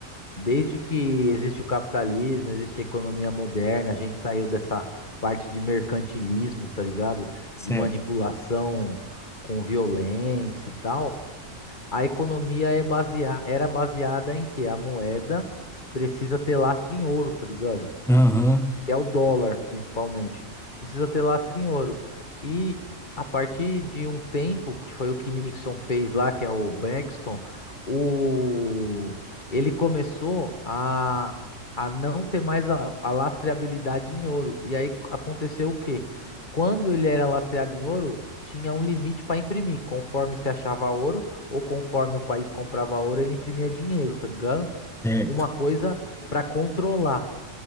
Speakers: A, on the left; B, in the centre.
A: desde que existe o capitalismo, existe a economia moderna, a gente saiu dessa parte de mercantilismo, tá ligado?
B: Certo.
A: De manipulação com violência e tal. A economia é basea- era baseada em que a moeda precisa ter lastro em ouro, tá ligado?
B: Aham.
A: que é o dólar, principalmente. Precisa ter lastro em ouro. E a partir de um tempo, que foi o que Nixon fez lá, que é o Braxton, o... ele começou a, a não ter mais a, a lastreabilidade em ouro. E aí aconteceu o quê? Quando ele era lastreado em ouro, tinha um limite para imprimir. Conforme se achava ouro, ou conforme o país comprava ouro, ele imprimia dinheiro, tá ligado?
B: Certo.
A: Uma coisa para controlar.